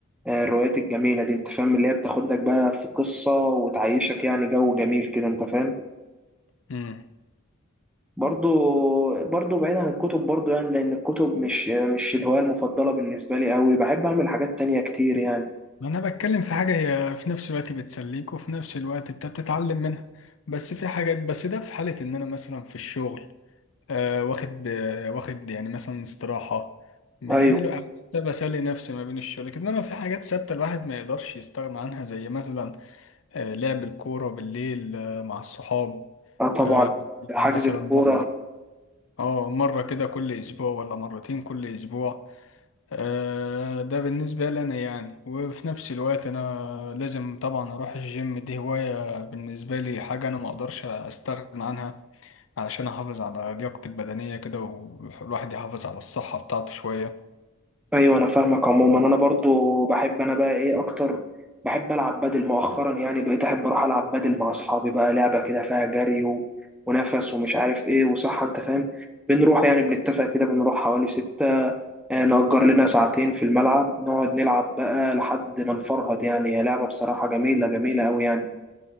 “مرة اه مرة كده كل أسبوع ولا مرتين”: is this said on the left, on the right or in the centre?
Left